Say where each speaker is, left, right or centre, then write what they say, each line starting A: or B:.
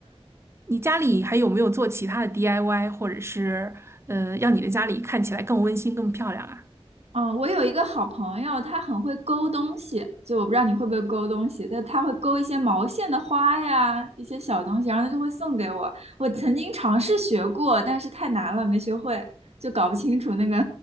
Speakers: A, on the right; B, on the right.
A: 你家里还有没有做其他的 DIY，或者是，呃，让你的家里看起来更温馨、更漂亮啊？
B: 嗯，我有一个好朋友，他很会勾东西，就我不知道你会不会勾东西，但他会勾一些毛线的花呀，一些小东西，然后他就会送给我。我曾经尝试学过，但是太难了，没学会，就搞不清楚那个